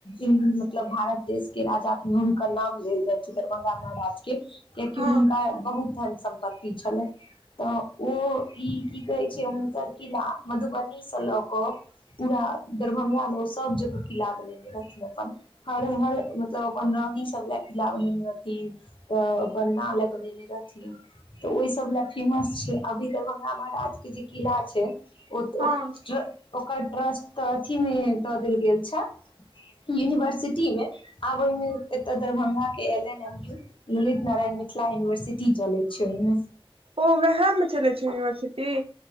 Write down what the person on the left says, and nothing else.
मतलब भारत देश के राजा। नाम लेल जाइ छै दरभंगा महाराज के कियकि
हुनका बहुतन। सम्पत्ति छलै तऽ ओ ई की कहे छै हुनकर किला मधुबनी से लग। केऽ पूरा दरभंगामे ओ सभ जगह किला बनेने रहथिन अपन हर हर मतलब अपन रानी सब लए किला बनेने रहथिन तऽ अपन ना लए बनेने रहथिन तऽ ओहि सभ लए फेमस छै अभी दरभ्ंगा महाराजके जे किला छै। <unintelligible>
ओकर ट्रस्ट तऽ अथीमे दऽ देल गेल छै यूनिवर्सिटीमे आब ओहिमे एतऽ दरभ्गाके L N M U Lalit Narayan Mithila university चलै छै ओहिमे।